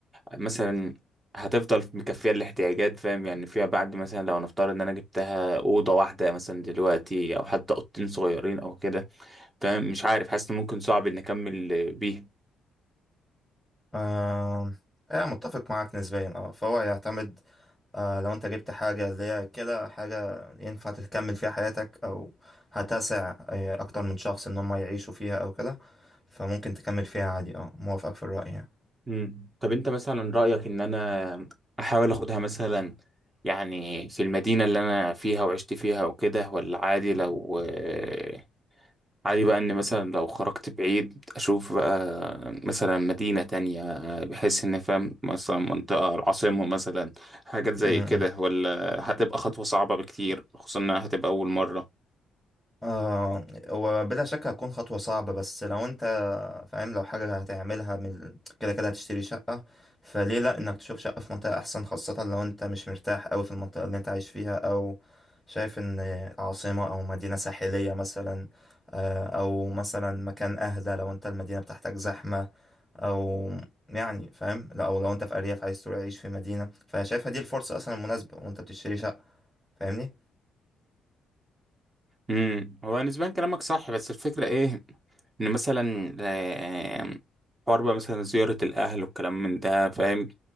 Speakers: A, on the right (about 20°); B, in the centre.
A: مثلا هتفضل مكفية الاحتياجات فاهم يعني فيها بعد مثلا لو نفترض ان انا جبتها أوضة واحدة مثلا دلوقتي او حتى أوضتين صغيرين او كده فاهم مش عارف حاسس ان ممكن صعب ان اكمل بيها
B: آه يعني متفق معاك نسبيا اه فهو يعتمد آه لو انت جبت حاجة اللي هي كده حاجة ينفع تكمل فيها حياتك او هتسع آه، اكتر من شخص ان هم يعيشوا فيها او كده فممكن تكمل فيها عادي اه موافقك في الرأي يعني
A: مم. طب انت مثلا رأيك ان انا احاول اخدها مثلا يعني في المدينة اللي انا فيها وعشت فيها وكده ولا عادي لو آه، عادي بقى ان مثلا لو خرجت بعيد اشوف بقى مثلا مدينة تانية آه، بحيث ان فاهم مثلا منطقة العاصمة مثلا حاجات زي
B: م- م.
A: كده ولا هتبقى خطوة صعبة بكتير خصوصا انها هتبقى اول مرة
B: آه وبلا شك هتكون خطوة صعبة بس لو انت فاهم لو حاجة هتعملها من ال- كده كده هتشتري شقة فليه لأ إنك تشوف شقة في منطقة أحسن خاصة لو أنت مش مرتاح أوي في المنطقة اللي أنت عايش فيها أو شايف إن عاصمة أو مدينة ساحلية مثلا آه، أو مثلا مكان أهدى لو أنت المدينة بتاعتك زحمة أو يعني فاهم لأ، أو لو أنت في أرياف عايز تروح تعيش في مدينة فأنا شايفها دي الفرصة أصلا المناسبة وأنت بتشتري شقة فاهمني؟
A: امم هو نسبيا كلامك صح بس الفكرة ايه ان مثلا آه، حوار بقى مثلا زيارة الاهل والكلام من ده فاهم